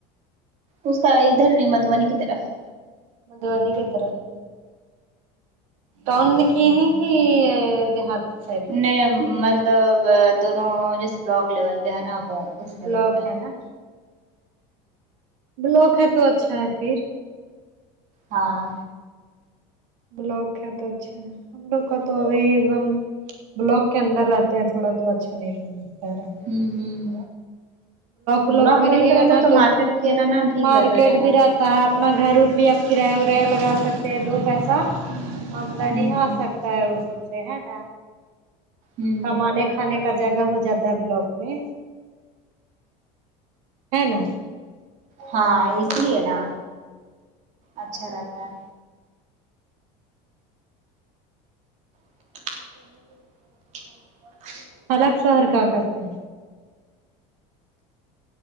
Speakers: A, on the right (about 45°); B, on the right (about 80°).
A: اس کا ادھر نہیں مدھوبنی کی طرف
B: مدھوبنی کی طرف کی ٹاؤن میں کی ہیں یہ دیہات سائڈ میں
A: نہیں مطلب دونوں رس بلاک لیول پہ ہے نا وہ اس لیول
B: بلاک
A: پہ ہا
B: ہے نا بلاک ہے تو اچھا ہے پھر
A: ہاں
B: بلاک ہے تو اچھا ہے ہم لوگ کا تو ابھی ایک دم بلاک کے اندر رہتا یہ تھوڑا تو اچھا نہیں رہے گا تیرا
A: امم امم
B: ولاک
A: بلاک
B: میں
A: لیول
B: رہیے
A: پہ
B: گا
A: رہتا
B: نا
A: ہے تو مارکیٹ وغیرہ نا ٹھیک
B: مارکیٹ
A: رہتا ہے جانا
B: بھی
A: آنے
B: رہتا
A: میں
B: ہے اپنا گھر ار بھی آپ کرایہ اورایہ لگا سکتے ہیں دو پیسہ ہم تو نہیں
A: ہ
B: آ سکتا ہے وہ سب سے ہے نا
A: ہ
B: کمانے کھانے کا جگہ ہو جاتا ہے بلاک امم ہے نا
A: ہاں اس لیے ہے نا اچھا رہتا ہے کرنے کے
B: الگ شو ہر کیا کرتے ہیں